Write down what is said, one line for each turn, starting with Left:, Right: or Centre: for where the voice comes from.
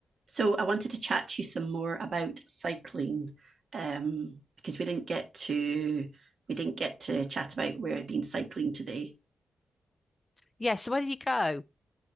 Right: So I wanted to chat to you some more about cycling um, because we didn't get to we didn't get to chat about where I've been cycling today.
Left: Yeah, so where did you go?